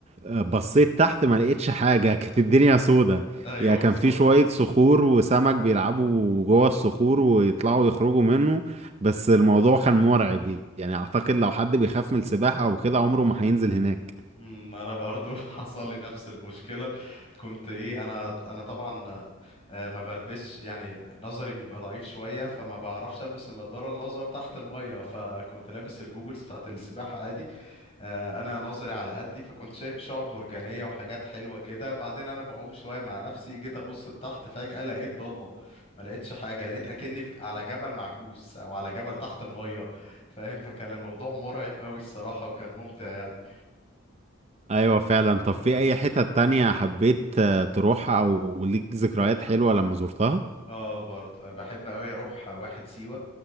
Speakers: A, on the right; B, on the left.
A: بصيت تحت ما لقيتش حاجة كانت الدنيا سودة
B: ايوه
A: يعني كان
B: بالظبط
A: في شوية صخور وسمك بيلعبوا جوه الصخور ويطلعوا يخرجوا منه بس الموضوع كان مرعب يعني أعتقد لو حد بيخاف من السباحة أو كده عمره ما هينزل هناك
B: امم، انا برضو <laughs> حصل لي نفس المشكله كنت ايه انا انا طبعا آه، ما بلبسش يعني نظري بيبقى ضعيف شويه فما بعرفش البس النضاره النظر تحت الميه فكنت لابس الجوجلز بتاعت السباحه عادي آه، انا نظري على قدي فكنت شايف شعب مرجانيه وحاجات حلوه كده بعدين انا بعوم شويه مع نفسي جيت ابص لتحت فجاه لقيت ضلمه ما لقيتش حاجه لقيت اكني في- على جبل معكوس او على جبل تحت الميه فاهم فكان الموضوع مرعب قوي الصراحه وكان ممتع يعني
A: أيوة فعلا طب في أي حتة تانية حبيت آه، تروحها أو ليك ذكريات حلوة لما زرتها؟
B: اه برضه بحب قوي اروح واحد سيوة